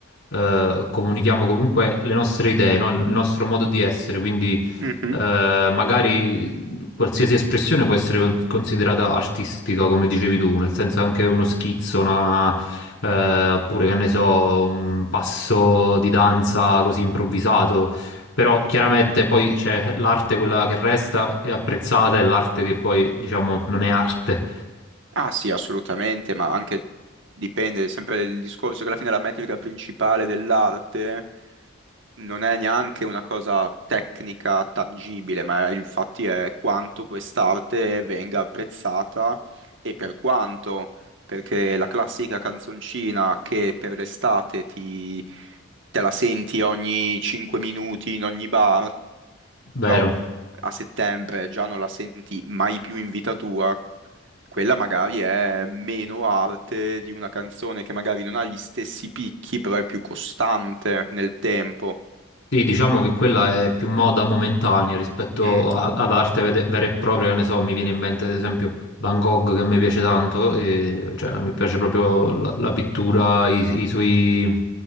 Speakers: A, on the left; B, on the right.
A: eh, comunichiamo comunque le nostre idee, no? Il nostro modo di essere, quindi
B: Mhm.
A: eh, magari qualsiasi espressione può essere con- considerata artistica, come dicevi tu, nel senso anche uno schizzo, una, eh, oppure che ne so, un passo di danza così improvvisato. Però chiaramente poi c'è l'arte quella che resta è apprezzata e l'arte che poi, diciamo, non è arte,
B: Ah sì, assolutamente, ma anche dipende sempre dal discorso che alla fine la metrica principale dell'arte. non è neanche una cosa tecnica tangibile, ma infatti è quanto quest'arte venga apprezzata e per quanto, perché la classica canzoncina che per l'estate ti, te la senti ogni 5 minuti in ogni bar,
A: vero?
B: però a settembre già non la senti mai più in vita tua. Quella magari è meno arte di una canzone che magari non ha gli stessi picchi, però è più costante nel tempo.
A: Sì, diciamo che quella è più moda momentanea rispetto
B: Mm.
A: a- ad arte vede- vera e propria, che ne so, mi viene in mente ad esempio Van Gogh che a me piace tanto, e, cioè mi piace proprio la, la pittura, i, i suoi,